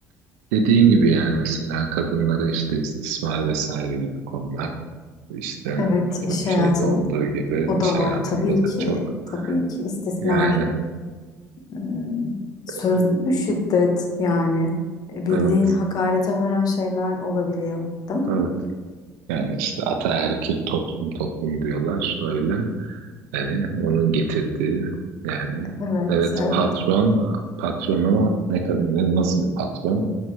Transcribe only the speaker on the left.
Evet
iş hayatında
o
da
var tabii
ki.
Tabii ki istismar,
m, sözlü
şiddet yani bildiğin
hakarete varan şeyler olabiliyor, değil mi?
Evet,
evet.
evet.